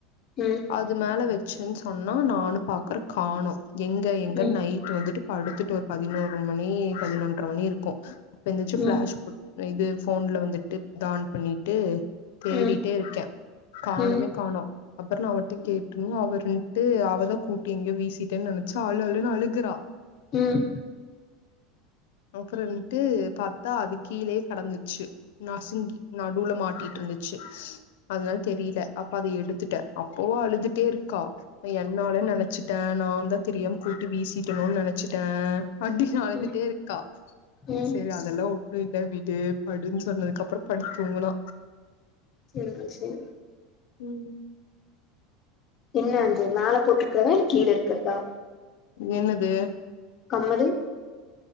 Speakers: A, on the left; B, on the left.
A: ம்
B: அது மேல வச் ச்ன்னு சொன்னா நானு பாக்குற காணோ எங்க எங்கனு
A: ம்
B: நைட் வந்துட்டு அடுத்துட்டு ஒரு பதினோரு மணி பதினொன்றர மணி இருக்கு அப்ப எந்திர்ச்
A: ம்
B: ஃப்ளாஷ் போட் இது ஃபோன்ல வந்துட்டு தான் பண்ணிட்டு தேடிட்டே
A: ம்
B: இருக்கே காணுமே
A: ம்
B: காணோ அப்புறோ நா அவிட்ட கேட்டணு அவர்ட்டு அவதா கூட்டி எங்கயோ வீசிட்டேன்னு நெனச்சு அளு அளுன்னு அழுகுறா
A: ம்
B: அப்றந்துட்டு பார்த்தா அது கீழேயே கடந்து ச்சு நசிங்கி நடூல மாட்டி ட்ருந்துச்சு அதனால தெரில அப்ப அத எடுத்துட்டே அப்போ அழுதுட்டே இருக்கா என்னால நெனைச்சிட்டே நா தா தெரியாம கூட்டி வீசிட்டணோ நெனைச் ச்சிட்ட அண்டி அழுதுட்டே
A: ம்
B: இருக்கா
A: ம்
B: செரி அதெல்லா ஒட்டு இல்ல வி டு படுன்னு சொன்னதுக்கு அப்றோ படுத்தூங்னா
A: சரிங்க சரி
B: ம்
A: என்ன அந்த நாள போட்டிருக்கவா கீழ இருக்றதா
B: என்னது
A: கம்மலு